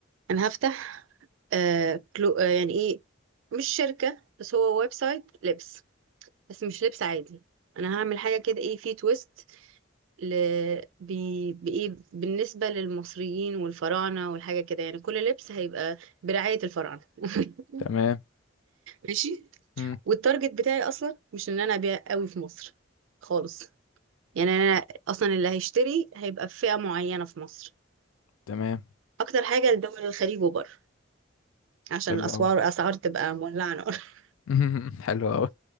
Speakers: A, on the right (about 70°); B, on the left (about 80°).
A: انا هفتح آه كلو آه يعني ايه مش شركه بس هو ويب سايت لبس بس مش لبس عادي انا هعمل حاجه كده ايه في تويست ل... بي... بايه بالنسبه للمصريين والفراعنه والحاجه كده يعني كل لبس هيبقى برعايه الفراعنه <laughs>
B: تمام
A: ماشي
B: مم.
A: والتارجت بتاعي اصلا مش ان انا ابيع قوي في مصر خالص يعني انا اصلا اللي هيشتري هيبقى في فئة معينة في مصر
B: تمام
A: اكتر حاجة لدول الخليج وبره عشان
B: حلو
A: الاسعار
B: قوي
A: اسعار تبقى مولعة نار <laughs>
B: <laughs> حلو قوي